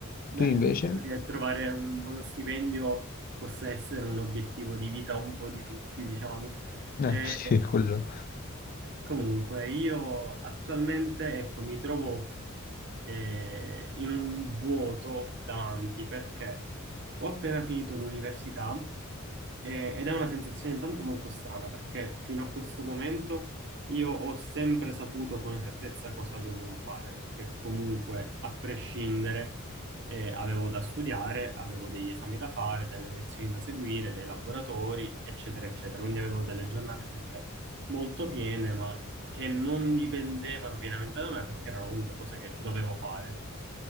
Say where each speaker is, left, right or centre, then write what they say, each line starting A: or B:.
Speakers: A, on the right; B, on the left.
A: Beh,
B: Tu invece?
A: penso che trovare un buono stipendio possa essere un obiettivo di vita un po' di tutti, diciamo. Eh,
B: Eh, <laughs> sì, quello.
A: Comunque, io attualmente, ecco, mi trovo eh, in un vuoto davanti perché ho appena finito l'università eh, ed è una sensazione intanto molto strana perché fino a questo momento io ho sempre saputo con esattezza cosa dovevo fare perché comunque, a prescindere, eh, avevo da studiare, avevo degli esami da fare, delle lezioni da seguire, dei laboratori, eccetera, eccetera. Quindi avevo delle giornate sempre molto piene, ma che non dipendevano pienamente da me perché erano comunque cose che dovevo fare.